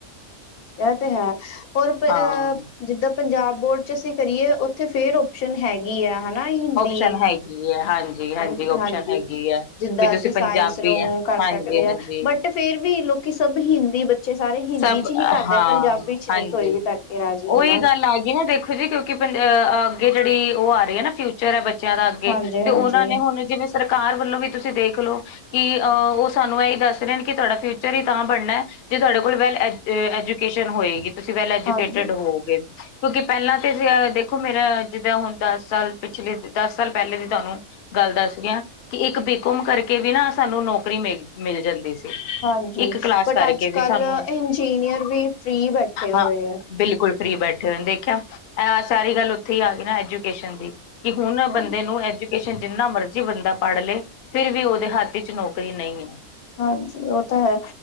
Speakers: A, on the left (about 80°); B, on the left (about 60°).
A: ਐ ਤੇ ਹੈ, ਹੋਰ ਪ ਅ
B: ਹਾਂ
A: ਜਿੱਦਾਂ ਪੰਜਾਬ ਬੋਰਡ ਚ ਅਸੀ ਕਰੀਏ, ਓਥੇ ਫੇਰ ਓ ਪਸ਼ਨ ਹੈਗੀ ਆ, ਹਨਾ ਹਿੰਦੀ
B: ਓਪਸ਼ਨ ਹੈਗੀ ਹੈ ਹਾਂਜੀ
A: ਹਾਂ,
B: ਓਪਸ਼ਨ
A: ਹਾਂਜੀ।
B: ਹੈਗੀ ਹੈ
A: ਜਿੱਦਾਂ
B: ਵੀ ਤੁਸੀਂ
A: ਅਸੀ ਸਾਇੰਸ
B: ਪੰਜਾਬੀ
A: ਨੂੰ
B: ਹੈ
A: ਕਰ
B: ਹਾਂਜੀ
A: ਸਕਦੇ
B: ਹਾਂਜੀ
A: ਆਂ ਬਟ ਫੇਰ ਵੀ ਲੋਕੀ ਸਬ ਹਿੰਦੀ, ਬੱਚੇ ਸਾਰੇ ਹਿੰਦੀ
B: ਸਭ
A: ਚ ਹੀ
B: ਹਾਂ,
A: ਕਰਦੇ ਪੰਜਾਬੀ ਚ
B: ਹਾਂਜੀ
A: ਨਹੀਂ ਕੋਈ ਵੀ ਕਰਕੇ ਰਾਜੀ ਹੁੰਦਾ
B: ਓਈ ਗੱਲ ਲ ਆਗੀ ਨਾ, ਦੇਖੋ ਜੀ ਕਿਉਂਕਿ ਪੰਜ ਅ ਅੱਗੇ ਜੇੜੀ ਓ ਆਰੀ ਐ ਨਾ ਫਿਊ ਚਰ ਹੈ ਬੱਚੇਆਂ ਦਾ ਅੱਗੇ
A: ਹਾਂਜੀ
B: ਤੇ
A: ਹਾਂਜੀ
B: ਓਨਾਂ ਨੇ ਹੁਨ, ਜਿਵੇਂ ਸਰਕਾਰ ਵੱਲੋਂ ਵੀ ਤੁਸੀਂ ਦੇਖ ਲੋ ਕਿ ਅ ਓ ਸਾਨੂੰ ਏਈ ਦੱਸ ਰੇਨ ਕਿ ਤੁਆਡਾ ਫਿਊਚਰ ਹੀ ਤਾਂ ਬਣਨਾ, ਜੇ ਤੁਆਡੇ ਕੋਲ ਕੋਈ ਵੈਲ ਐਜ ਐਜੂਕੇਸ਼ਨ ਹੋਏਗੀ ਤੁਸੀ ਵੈਲ ਐਜੂਕੇਟਿਡ
A: ਹਾਂਜੀ
B: ਹੋਓਗੇ। ਕਿਉਂਕਿ ਪ੍ਹੈਲਾਂ ਤੇ, ਦੇਖੋ ਮੇਰਾ ਜਿੱਦਾਂ ਹੁਨ ਦਾੱਸ ਸਾਲ ਪਿਛਲੇ, ਦਾੱਸ ਸਾਲ ਪ੍ਹੈਲੇ ਦੀ ਤੁਆਨੂੰ ਗੱਲ ਦੱਸ ਰੀਆਂ, ਕਿ ਇੱਕ ਬੀਕੋਮ ਕਰਕੇ ਵੀ ਨਾ ਸਾਨੂੰ ਨੌਕਰੀ ਮਿਲ, ਮਿਲ ਜਾਂਦੀ ਸੀ।
A: ਹਾਂਜੀ,
B: ਇੱਕ ਕਲਾਸ
A: ਬਟ
B: ਕਰਕੇ
A: ਅੱਜ-ਕੱਲ
B: ਵੀ ਸਾਨੂੰ
A: ਇੰਜੀਨੀਅਰ ਵੀ ਫ੍ਰੀ ਬੈਠੇ ਹੋਏ
B: ਹਾਂ
A: ਹੈ।
B: ਬਿਲਕੁਲ ਫ੍ਰੀ ਬੈਠੇ ਹੋਏਨ ਦੇਖੇਆ, ਐ ਸਾਰੀ ਗਲ ਉਥੇ ਈ ਆ ਗਈ ਨਾ ਐਜੂਕੇਸ਼ਨ ਦੀ। ਕਿ ਹੁਨ
A: ਹਾਂ
B: ਬੰਦੇ ਨੂੰ ਐਜ ਕੈਸ਼ਨ, ਜਿੰਨਾ ਮਰਜੀ ਬੰਦਾ ਪੜ ਲੇ, ਫੇਰ ਵੀ ਓਦੇ ਹਥ ਇਚ ਨੌਕਰੀ ਨਹੀਂ ਐ।
A: ਹਾਂਜੀ, ਓ ਤਾਂ ਹੈ।